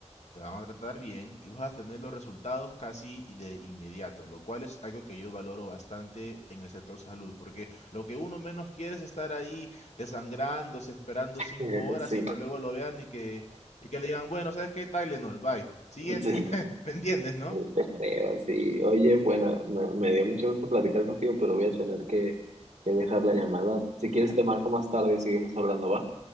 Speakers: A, on the left; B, on the right.
A: te van a tratar bien y vas a tener los resultados casi de inmediato, lo cual es algo que yo valoro bastante en el sector salud, porque lo que uno menos quiere es estar ahí desangrándose, esperando
B: <laughs>
A: cinco horas
B: Sí,
A: y que luego lo vean y que, y que le digan, bueno, ¿sabes qué? Tylenol, bye. Siguiente,
B: sí,
A: <laughs> ¿me entiendes, no?
B: eh, te creo, sí. Oye, bueno, me, me dio mucho gusto platicar contigo, pero voy a tener que, que dejar la llamada. Si quieres te marco más tarde y seguimos hablando, ¿va?